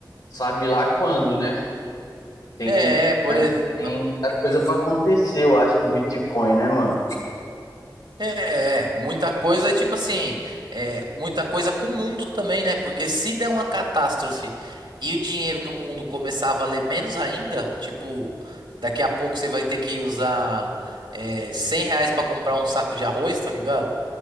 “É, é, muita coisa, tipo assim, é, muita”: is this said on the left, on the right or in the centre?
Right